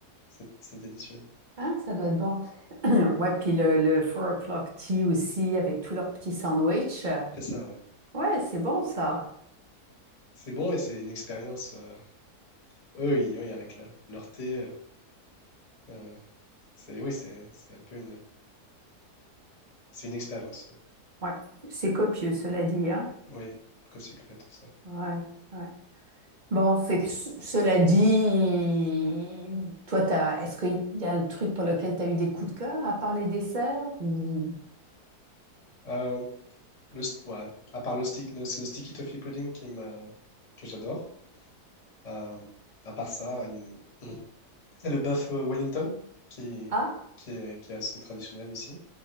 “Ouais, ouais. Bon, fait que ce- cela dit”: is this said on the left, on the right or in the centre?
Right